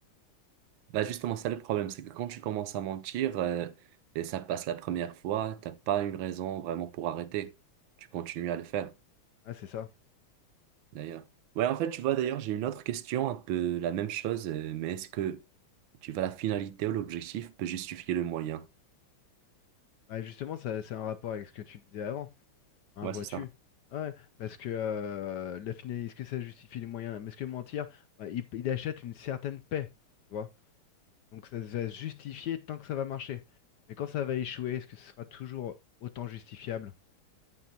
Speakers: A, on the right (about 70°); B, on the left (about 65°).
A: bah justement, ça le problème, c'est que quand tu commences à mentir euh, et ça passe la première fois, t'as pas une raison vraiment pour arrêter. Tu continues à le faire.
B: Ah, c'est ça.
A: D'ailleurs. Ouais, en fait, tu vois, d'ailleurs, j'ai une autre question, un peu la même chose, euh, mais est-ce que tu vois la finalité ou l'objectif peut justifier le moyen?
B: Bah, justement, ça, c'est un rapport avec ce que tu disais avant, hein,
A: Ouais,
B: vois-tu?
A: c'est ça.
B: Ouais, ouais, parce que euh, la finalité, est-ce que ça justifie les moyens? Mais est-ce que mentir, bah, il, il achète une certaine paix, tu vois? Donc ça va se justifier tant que ça va marcher. Mais quand ça va échouer, est-ce que ce sera toujours autant justifiable?